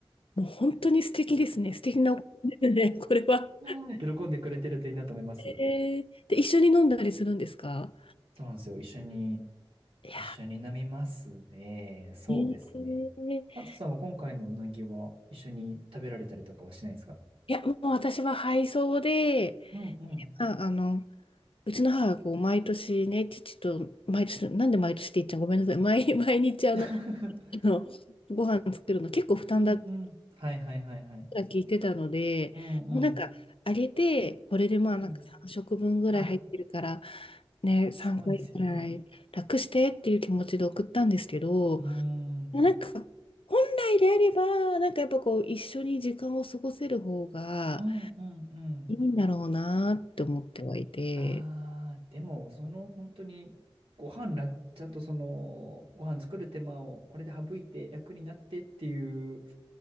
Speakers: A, on the left (about 70°); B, on the right (about 70°).
A: もう本当に素敵ですね。素敵なお子ですね、これは。
B: うん喜んでくれてるといいなと思います。
A: えー、で、一緒に飲んだりするんですか
B: そうなんですよ。一緒に
A: いや
B: 一緒に飲みますね。そうですね。
A: ー、えー
B: あとさんは今回のうなぎは一緒に食べられたりとかはしないんですか
A: いや、もう私は配送で、
B: うんうん。
A: まあ、あの、うちの母はこう毎年ね、父と、毎年、なんで毎年って言っちゃうごめんなさい、毎、<laughs> 毎日あの、
B: <laughs>
A: あの、ご飯作るの結構負担だって
B: うんうん。はいはいはいはい。
A: 聞いてたので、
B: うんうん。
A: もうなんか、あげて、これでまあなんか3食分ぐらい入ってるから、
B: うん。あ、
A: ね、3回ぐらい楽してっていう気持ちで送ったんですけど、
B: そうですよね。うーん。
A: なんか、本来であれば、なんかやっぱこう、一緒に時間を過ごせる方が
B: うんうんうん。
A: いいんだろうなって思ってはいて、
B: ああ、でも、その本当に、ご飯ら、ちゃんとその、ご飯作る手間をこれで省いて楽になってっていう、